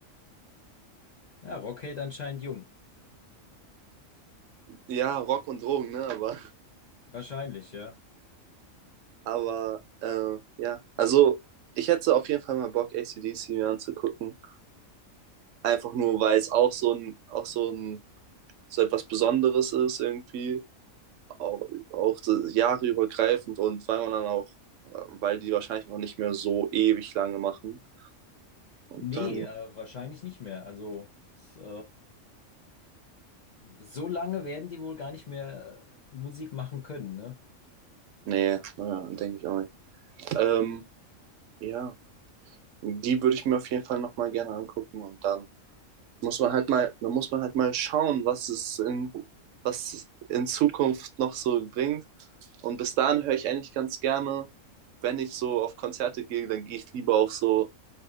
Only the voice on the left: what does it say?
Ja, Rockade anscheinend jung.
Wahrscheinlich, ja.
Nee,
äh, wahrscheinlich nicht mehr. Also, das, äh, so lange werden die wohl gar nicht mehr äh, Musik machen können, ne?